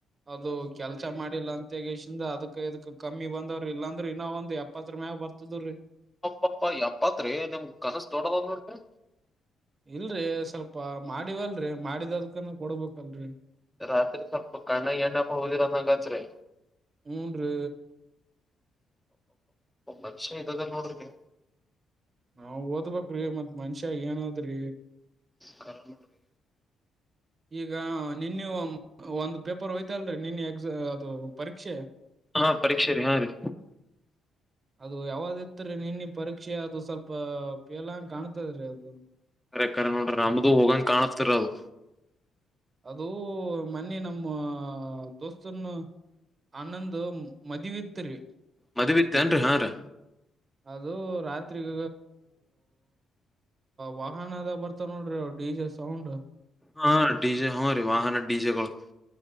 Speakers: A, on the right (about 35°); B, in the centre.
A: ಅದು ಕೆಲ್ಸ ಮಾಡಿ ಲ್ಲ ಅಂಗೇಶಿಂದ ಅದಕ್ ಇದಕ್ ಕಮ್ಮಿ ಬಂದವ್ರ ಇಲ್ಲಾಂದ್ರೆ ಇನ್ನ ಒಂದ್ ಎಪ್ಪತ್ ರ ಮ್ಯಾಗ ಬರ್ತದ್ರೀ
B: ಅಪ್ಪಪ್ಪ ಯಪ್ಪತ್ರಿ ನಿಮ ಕನಸ ತೋಡದ ನೋಡ್ರಿ
A: ಇಲ್ರರಿ ಸ್ವಲ್ಪ ಮಾಡಿವಲ್ರರಿ ಮಾಡಿದದ್ಕನ ಕೊಡ್ಬೇಕಲ್ರರಿ
B: ರಾತ್ರಿ ಸ್ವಲ್ಪ ಕಣ್ಣ ಎಣ್ಣ ಕೊಂಡ ಓದಿರದಂಗತ್ರಿ
A: ಮ ಮೂಂದು
B: ಒನುಷ ಇದದ ನೋಡ್ರಿ
A: ನಾವ್ ಓದ್ಬೇಕ್ರೀ ಮತ್ ಮನ್ಷ್ಯ ಏನದ್ರಿ
B: ಕರಲುೂಡ್ರಿ
A: ಈಗ ನಿನ್ನ ಒಂದು ಪೇಪರ್ ಹೋಯ್ತಲ್ರಿ ನಿನ್ನ ಎಕ್ಸಾ ಅದು ಪರೀಕ್ಷೆ <unintelligible>
B: ಹಾ ಪರೀಕ್ಷೆ ರೀ ಹಾ ರೀ
A: ಅದು ಯಾವ್ದಿತ್ರಿ ನಿನ್ನೆ ಪರೀಕ್ಷೆ ಅದು ಸ್ವಲ್ಪ ಪೇಲಂಗ ಕಾಣ್ತದ್ರಿ ಅದು
B: ಅರ ಕರೆ ನೋಡ್ರಿ ನಮ್ದ ಹೋಗಂಗ ಕಾಣತಿರ ಅದು
A: ಅದು ಮನ್ನಿ ನಮ್ಮ ದೋಸ್ತನ್ನು ಅನ್ನ್ಣಂದು ಮದವಿತ್ರು
B: ಮದ್ುವತ್ತೇಏನ್ರಿ ಹಾ ರ
A: ಅದು ರಾತ್ರಿಗ ವಾಹನ ಅದ ಬರ್ತ ನೋಡ್ರಿ ಡಿ ಜೆ ಸೌಂಡ್
B: ಹಾ ಡೀಜೆ ಹೂ ರೀ ವಾಹನ ಡೀಜೆಗಳು.